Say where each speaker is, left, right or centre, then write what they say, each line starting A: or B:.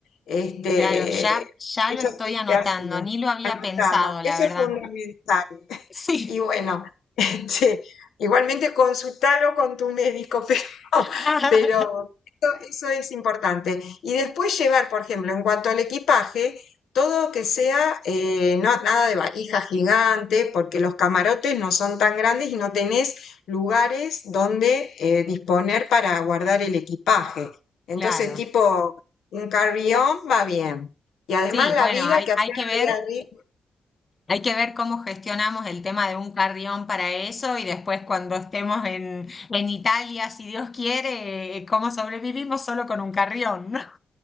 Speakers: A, on the left; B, on the left.
A: este,
B: Claro, ya, ya
A: eso
B: lo estoy
A: sí
B: anotando,
A: te ayuda.
B: ni lo había
A: Anotando,
B: pensado, la
A: eso
B: verdad.
A: es fundamental.
B: Sí.
A: Y bueno, <laughs> este, igualmente consultalo con tu médico, <laughs>
B: <laughs>
A: pero, pero eso, eso es importante. Y después llevar, por ejemplo, en cuanto al equipaje, todo que sea, eh, no, nada de valija gigante, porque los camarotes no son tan grandes y no tenés lugares donde eh, disponer para guardar el equipaje. Entonces,
B: Claro.
A: tipo, un carry-on va bien. Y además
B: Sí,
A: la
B: bueno,
A: vida
B: hay,
A: que hacemos
B: hay que ver,
A: día a día.
B: hay que ver cómo gestionamos el tema de un carrión para eso y después cuando estemos en, en Italia, si Dios quiere, eh, cómo sobrevivimos solo con un carrión, ¿no? <laughs>